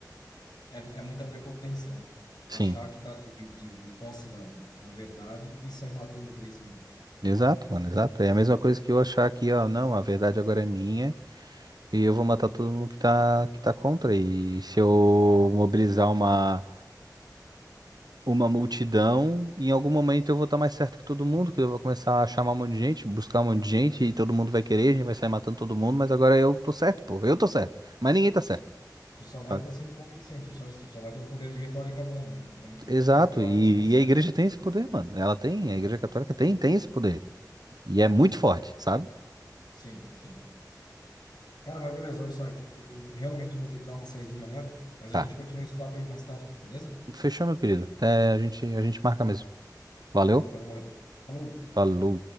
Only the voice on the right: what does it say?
Sim.
Exato, mano, exato. É a mesma coisa que eu achar que, ó, não, a verdade agora é minha e eu vou matar todo mundo que tá, que tá contra. E se eu mobilizar uma, uma multidão, e em algum momento eu vou estar mais certo que todo mundo, que eu vou começar a chamar um monte de gente, buscar um monte de gente,
e todo mundo vai querer, a gente vai sair matando todo mundo, mas agora eu tô certo, pô, eu tô certo, mas ninguém tá
certo,
sabe?
Exato,
e,
e a igreja tem esse poder, mano, ela tem,
a igreja católica
tem, tem esse poder, e é muito forte, sabe?
Tá,
fechou, meu querido, Até a gente, a gente marca mesmo, valeu?
Falou.